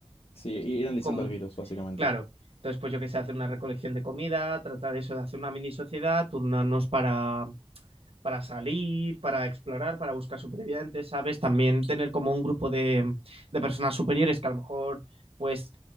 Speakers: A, on the left; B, on the right.
A: Sí, ir analizando
B: Como...
A: el virus, básicamente.
B: Claro. Entonces, pues yo que sé, hacer una recolección de comida, tratar eso de hacer una mini sociedad, turnarnos para para salir, para explorar, para buscar supervivientes, ¿sabes? También tener como un grupo de, de personas superiores que a lo mejor pues